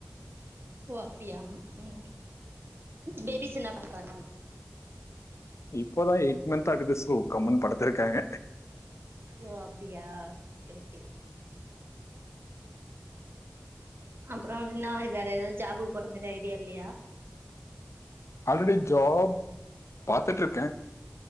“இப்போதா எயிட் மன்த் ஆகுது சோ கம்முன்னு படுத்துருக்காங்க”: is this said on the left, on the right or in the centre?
Left